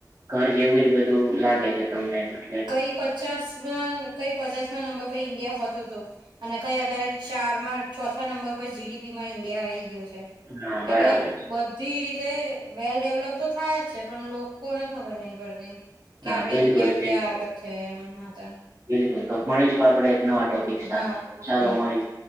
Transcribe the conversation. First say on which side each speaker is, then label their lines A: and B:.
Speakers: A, on the right; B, on the right.
A: ઘર જેવું જ બધું લાગે છે તમને એમાં
B: કંઈ પચાસમાં કઈ પચાસમાં નંબર પર ઈન્ડિયા હોતુ તુ અને કઈ અત્યારે ચારમાં ચોથા નંબર પર જીડીપી માં ઈન્ડિયા આ આવી ગયયો છે.
A: હા
B: એટલે
A: બરાબર
B: બધ તી રીતે વેલ ડેવલપ તો થાય જ છે પણ લોકોને ખબર નહી પડતી કે
A: હા
B: આપડે
A: બિલકુલ
B: ઇન્ડિયા ક્યાં
A: બિલકુલ
B: આગળ છે એમ હા તે
A: બિલકુલ તો મળીશું આપડે એક નવા ટોપિક સાથે
B: હા વાંધો
A: ચાલો
B: નહી
A: મળી